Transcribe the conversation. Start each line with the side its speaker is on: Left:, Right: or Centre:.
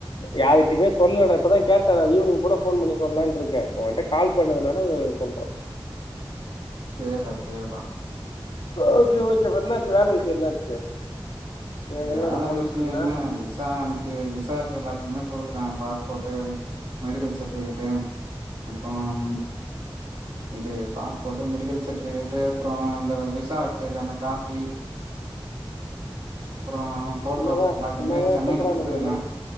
Left: யாருகிட்டமே சொல்லுலடா இப்பதா கேட்டே நா ஈவினிங் போல ஃபோன் பண்ணி சொல்லலான்ட்டு இருக்கே இப்போ உங்கிட்ட கால் பண்ணதுனால சொல்ற
Right: சேர்றா சேர்றா
Left: ஓகே ஓகேப்ப என்னாச்சு வேல விஷயம் என்னாச்சு ஏன்
Right: வேல
Left: வெளிநாடு போகணுன்ட்டு
Right: விஷய
Left: இருந்த
Right: என்ன விசா அனுப்பி விசாக்கு எல்லாத்தையுமே குடுத்துட்டே பாஸ்போட்டு மெடிக்கல் சர்ட்டிபிகேட்டு அப்புறம் இது பாஸ்போர்ட்டு மெடிக்கல் சர்ட்டிபிகேட்டு் அப்புறம் இந்த விசா அடிச்சதுக்கான காப்பி அப்றோ ஃபோட்டோ
Left: என்னதான்
Right: எல்லாத்தையுமே
Left: என்னதான்
Right: சென்னைல
Left: சொல்றானுக
Right: குடுத்துருக்கே